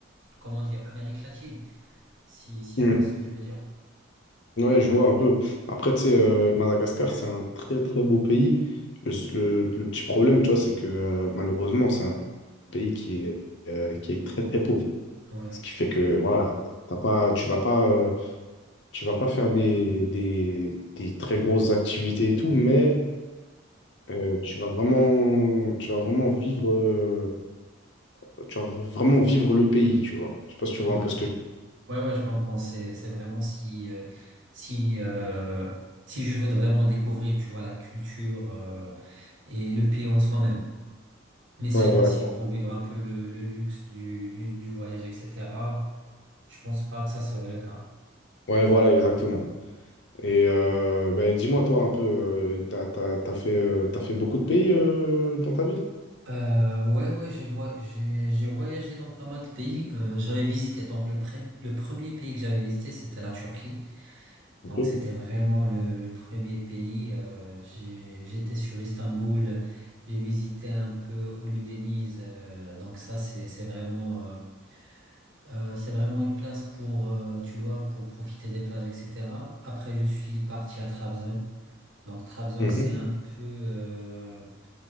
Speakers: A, on the right; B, on the left.
A: comment dire, Amérique latine, si, si
B: Mm.
A: tu vois ce que je veux dire.
B: Ouais, je vois un peu. Après, tu sais, euh, Madagascar, c'est un très très beau pays. Le, le- le petit problème, tu vois, c'est que euh, malheureusement, c'est un pays qui est, euh, qui est très très pauvre.
A: Ouais,
B: Ce qui fait que voilà, t'as pas, tu vas pas, euh, tu vas pas faire des, des, des très grosses activités et tout, mais euh, tu vas vraiment, tu vas vraiment vivre, euh, tu vas vraiment vivre le pays, tu vois. Je sais pas si tu vois
A: ouais,
B: un peu ce que je...
A: ouais, ouais, je comprends, c'est, c'est vraiment si, euh, si, euh, si je souhaite vraiment découvrir, tu vois, la culture, euh, et le pays en soi-même. Mais sinon,
B: Ouais, voilà.
A: si pour vivre un peu le, le luxe du, du, du voyage, etc., je pense pas que ça serait le cas.
B: Ouais, voilà, exactement. Et euh, ben, dis-moi, toi, un peu, euh, t'as, t'as, t'as fait, euh, t'as fait beaucoup de pays euh, dans ta vie?
A: Euh, ouais, ouais, j'ai voy- j'ai- j'ai voyagé dans pas mal de pays. Euh, j'avais visité, donc le, pre le premier pays que j'avais visité, c'était la Turquie.
B: Ok.
A: Donc c'était vraiment le, le premier pays. Euh, j'ai- j'étais sur Istanbul, j'ai visité un peu Hollu Deniz. euh, donc ça, c'est c'est vraiment, euh, euh, c'est vraiment une place pour, euh, tu vois, pour profiter des plages, etc. Après, je suis parti à Trabzon. Donc Trabzon,
B: Mhm.
A: c'est un peu... euh,